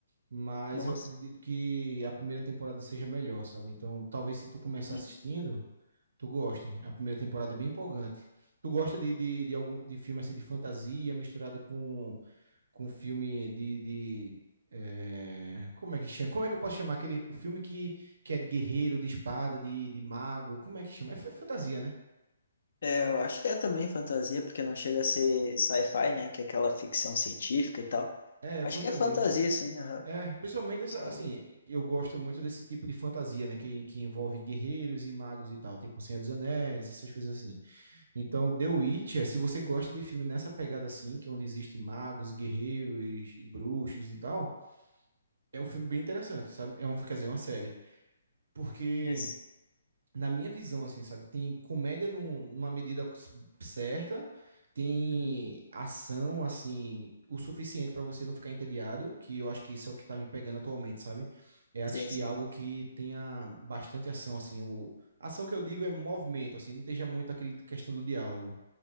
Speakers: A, on the right; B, on the left.
A: mas
B: Nossa.
A: eu acredito que a primeira temporada seja melhor, sabe? Então, talvez se tu começar
B: Uhum.
A: assistindo, Tu gosta. A primeira temporada é bem empolgante. Tu gosta de, de, de algum de filme assim de fantasia misturado com, com filme de, de é, como é que chama? Como é que eu posso chamar aquele o filme que, que é de guerreiro, de espada, de, de mago? Como é que chama? É, f- fantasia, né?
B: É, eu acho que é também fantasia, porque não chega a ser sci-fi, né? Que é aquela ficção científica e tal.
A: É é
B: Acho
A: fantasia.
B: que é fantasia, sim, aham.
A: É, principalmente essa,
B: Só
A: assim, eu gosto muito desse tipo de fantasia, né? Que, que envolve guerreiros e magos e tal, tipo Senhor dos Anéis, essas coisas assim. Então, The Witcher, se você gosta de filme nessa pegada assim, que é onde existe magos, guerreiros e bruxos e tal, é um filme bem interessante, sabe? É um, quer dizer, é uma série. Porque,
B: nesse-
A: na minha visão, assim, sabe, tem comédia num- numa medida certa, tem
B: Uhum.
A: ação, assim, o suficiente para você não ficar entediado, que eu acho que isso é o que tá me pegando atualmente, sabe? É assistir
B: Sim, sim.
A: algo que tenha bastante ação, assim, o... Ação que eu digo é movimento, assim, não esteja muito aquele questão do diálogo.